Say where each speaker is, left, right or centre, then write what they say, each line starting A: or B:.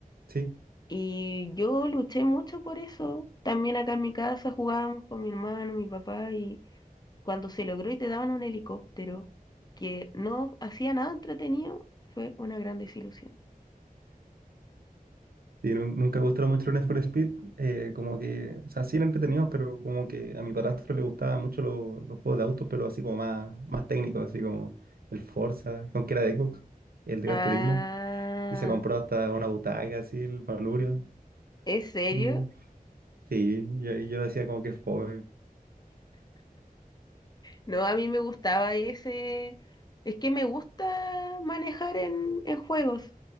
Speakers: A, on the right; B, on the left.
A: sí.
B: Y yo luché mucho por eso. También acá en mi casa jugábamos con mi hermano, mi papá, y Cuando se logró y te daban un helicóptero que no hacía nada entretenido, fue una gran desilusión.
A: Y nu- nunca me gustaron mucho los Need for Speed. eh, como que, o sea, sí eran entretenidos, pero como que a mi padrastro le gustaban mucho lo- los juegos de autos, pero así como más, más técnicos, así como el Forza, con que era de Xbox, el Gran
B: Ah,
A: Turismo. Y se compró hasta una butaca, así, el Vanurio.
B: ¿es serio?
A: Y sí, yo, yo decía como que fue
B: No, a mí me gustaba ese... Es que me gusta manejar en, en juegos.